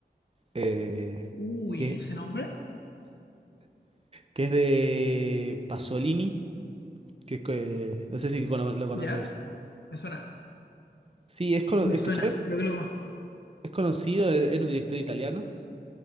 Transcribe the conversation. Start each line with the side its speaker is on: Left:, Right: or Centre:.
Right: eh,
Left: Uy,
Right: que,
Left: ¿ese nombre?
Right: que es de Pasolini, que es, que- no sé si cono- lo conoces.
Left: ¿Ya? Me suena.
Right: Sí, es, cono-
Left: Me
Right: es
Left: suena,
Right: que chabón
Left: creo que lo conozco.
Right: es conocido, e, era un director italiano,